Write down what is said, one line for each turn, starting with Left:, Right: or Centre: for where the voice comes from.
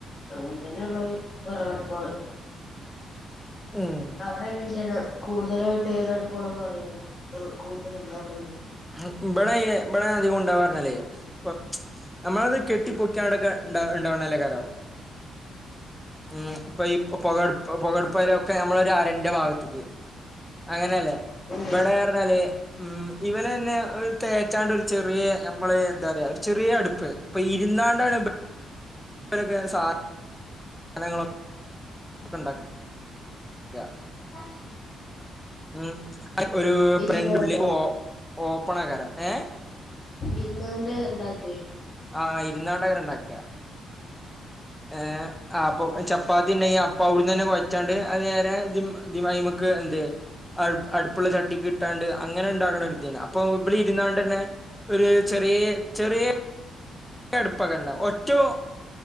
Left: അങ്ങനെ തന്നെ ഉള്ളത് വെറകടുപ്പാണ്
Centre: ഉം
Left: അടെ എങ്ങനത്തേണ് കൂടുതലായിട്ട് ഏതടുപ്പുകളാ പറയ്ണകൂടുതല്ള്ള അവിടെന്നെ
Centre: മ് ഇബട ഇയ് ഇബടെ അധികം ഉണ്ടാവാർഞാല്ലേ പ്പൊ നമ്മളവ്ന്ന് കെട്ടി പൊക്കിയാടൊക്കെ ഉണ്ടാ ഉണ്ടാവണല്ലേ കാരോ ഉം ഇപ്പൊ ഈ പൊ പൊക അടു പൊ പൊക അടുപ്പ്കാരെയൊക്കെ നമ്മളൊരു അരന്റെ ഭാഗത്തെക്ക് അങ്ങനെയല്ലേ
Left: ഉം
Centre: ഇബടെ റ്ഞ്ഞാല് മ് ഇവരന്നെ ഒ തേച്ചാണ്ട് ഒരു ചെറിയ ഞമ്മള് എന്താ റയാ ഒരു ചെറിയ അടുപ്പ് ഇപ്പൊ ഇരുന്നാണ്ടാണ് ബ രൊക്കെ സാ നങ്ങളൊ ണ്ടാക്ക ക്ക
Left: ഓ
Centre: ഉം ഒരു
Left: ഇരുന്നുണ്ടോ
Centre: പ്രററ്റ് ഉുള്ളിക്ക് ഓ ഓപ്പണക്കരം ഏഹ്
Left: ഇര്ന്നൊണ്ട് ഇണ്ടാക്കെ
Centre: ആഹ് ഇരുന്നാണ്ടക്കര ണ്ടാക്ക ഏഹ് അപ്പൊ ചപ്പാത്തി ഇണ്ടങ്കി അപ്പ അവിട് ന്നെ കൊഴച്ചാണ്ട് അത് നേരെത് മ അയ്മ ക്ക് ന്തേ അട് അട്പ്പ്ള്ള ചട്ടിക്ക് കിട്ടാണ്ട് അങ്ങനെ ഇണ്ടാകണ ഒരു ഇദ്യയാണ് അപ്പൊ ഇബളി രു ന്നാണ്ടന്നെ ഒരു ചെറിയെ ചെറിയെ അട്പ്പ കാരണ്ട വ ഒറ്റോ